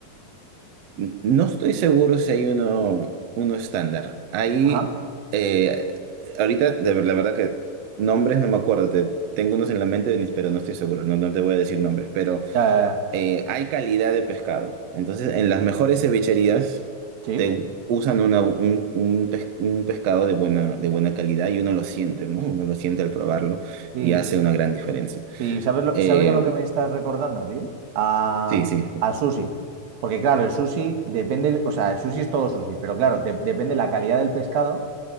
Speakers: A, on the right; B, on the right.
A: N- No estoy seguro si hay uno, uno estándar. Hay,
B: Ajá.
A: eh, ahorita, de ver- la verdad que nombres no me acuerdo, te- tengo unos en la mente, Denis, pero no estoy seguro, no, no te voy a decir nombres, pero...
B: Ya,
A: eh, hay calidad de pescado. Entonces, en las mejores cevicherías
B: sí,
A: te usan una- un, un pes- un pescado de buena, de buena calidad y uno lo siente, ¿no? Uno lo siente al probarlo
B: sí,
A: y hace una gran diferencia.
B: sí. ¿Sabes, lo-
A: Eh,
B: sabes a lo que me estás recordando, tío? A,
A: sí, sí.
B: al sushi. Porque claro, el sushi depende, o sea, el sushi es todo sushi, pero claro, de- depende la calidad del pescado,